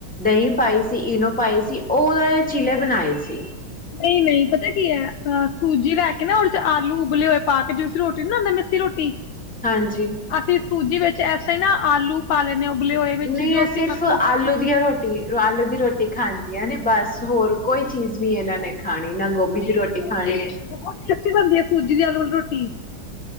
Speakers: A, in the centre; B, on the left.
A: ਦਹੀਂ ਪਾਈ ਸੀ ਇਨੋ ਪਏ ਸੀ, ਉਹ ਉਹਦਾ ਚੀਲੇ ਬਣਾਏ ਸੀ।
B: ਨਹੀਂ ਨਹੀਂ ਪਤਾ ਕੀ ਹੈ, ਅ ਸੂਜੀ ਲੈ ਕੇ ਨਾ ਆਲੂ ਉਬਲੇ ਹੋਏ ਪਾ ਕੇ ਜੋ ਰੋਟੀ ਨੀ ਬਣਾਉਦੇ ਮਿੱਸੀ ਰੋਟੀ
A: ਹਾਂਜੀ।
B: ਅਸੀਂ ਸੂਜੀ ਵਿੱਚ ਐਸੇ ਹੀ ਨਾ ਆਲੂ ਪਾ ਹਾਂ ਉਬਲੇ ਹੋਏ ਵਿੱਚ
A: ਨਹੀਂ
B: ਜੋ
A: ਆ
B: ਅਸੀਂ
A: ਸਿਰਫ
B: ਮਤਲਬ
A: ਆਲੂ ਦੀਆਂ ਰੋਟੀਆਂ ਆਲੂ ਦੀ ਰੋਟੀ ਖਾਂਦੀ ਹੈ, ਬਸ ਹੋਰ ਕੋਈ ਚੀਜ਼ ਵੀ ਇਹਨਾਂ ਨੇ ਖਾਣੀ ਨਾ ਗੋਭੀ
B: ਨਹੀਂ
A: ਦੀ ਰੋਟੀ
B: ਉਹ
A: ਖਾਣੀ
B: ਵੀ
A: ਹੈ
B: ਬਹੁਤ ਟੇਸਟੀ ਬਣਦੀ ਹੈ, ਸੂਜੀ ਤੇ ਆਲੂ ਦੀ ਰੋਟੀ ਟੀ